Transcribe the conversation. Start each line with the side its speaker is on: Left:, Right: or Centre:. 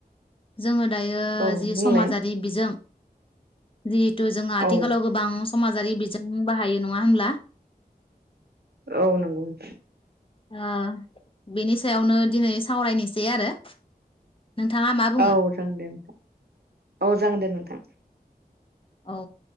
Left: जोङो दायो
Right: औ
Left: जि
Right: बुंलाय
Left: समाजारि बिजों जि तु जों आथिखालाव
Right: औ
Left: गोबां समाजारि बि जों बाहायो नङा होनब्ला?
Right: औ नंगौ नोंथां
Left: ओ बेनि सायावनो दिनै सावरायनोसै आरो नोंथाङा मा बुङो
Right: औ जागोन दे नोंथां औ जागोन दे। नोंथां
Left: औ